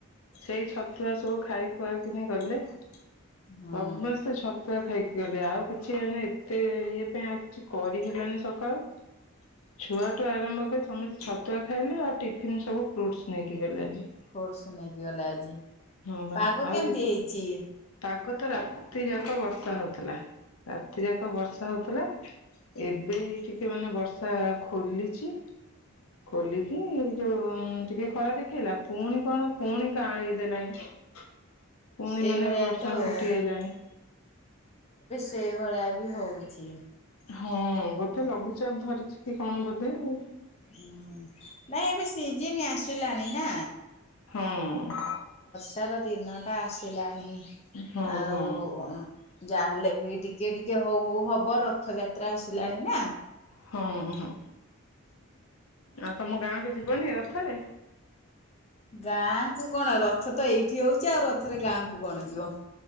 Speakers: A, on the left; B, on the left.
A: ସେଇ ଛତୁଆ ସବୁ ଖାଇ ଖୁଆ କି ଗଲେ ସମସ୍ତେ
B: ହୁଁ।
A: ଛତୁଆ ଖାଇକି ଗଲେ ଆଉ କିଛି ଏତେ ଇଏ ପାଇଁ ଆଉ କିଛି କରି ହେଲନି ସକାଳୁ। ଛୁଆଠୁ ଆରମ୍ଭ କରି ସମସ୍ତେ ଛତୁଆ ଖାଇଲେ ଆଉ ଟିଫିନ୍ ସବୁ ଫ୍ରୁଟସ୍ ନେଇକି ଗଲେ ଆଜି।
B: ଫ୍ରୁଟସ ନେଇକି ଗଲା ଆଜି।
A: ହଁ ବା
B: ପାଗ
A: ଆଉ
B: କେମିତି ହେଇଛି
A: ପାଗ ତ ରାତି ଯାକ ବର୍ଷା ହଉଥିଲା ରାତି ଯାକ ବର୍ଷା ହଉଥିଲା। ଏବେ ହେଇ ଟିକେ ମାନେ ବର୍ଷା ଖୋଲିଛି। ଖୋଲିକି ଯୋଉ ଟିକେ ଖରା ଦେଖେଇଲା ପୁଣି କଣ ପୁଣି କାଁଳେଇ ଦେଲାଣି। ପୁଣି
B: ସେଇଭଳିଆ
A: ମାନେ ବର୍ଷା
B: ତ ଆଉ।
A: ଘୋଟି ଆାଇଲାଣି।
B: ସେଇ ଭଳିଆ ବି ହଉଛି।
A: ହଁ ବୋଧେ ଲଘୁଚାପ ଧରିଛି କି କଣ ବୋଧେ ଆଉ।
B: ହୁଁ ନାଇଁ ଏବେ ସିଜିନ୍ ଆସିଲାଣି ନା।
A: ହଁ।
B: ତାର ଦିନଟା ଆସିଲାଣି
A: ହଁ
B: ଆଉ। ଯାହାହେଲେ ବି ଟିକେ ଟିକେ ହଉ ହଉ ହବ ରଥଯାତ୍ରା ଆସିଲାଣି। ନା
A: ହଁ, ହଁ। ଆଉ ତୋମ ଗାଁକୁ ଯିବନି ରଥରେ?
B: ଗାଁକୁ କଣ ରଥ ତ ଏଇଠି ହଉଚି ଆଉ। ରଥରେ ଗାଁକୁ କଣ ଯିବ।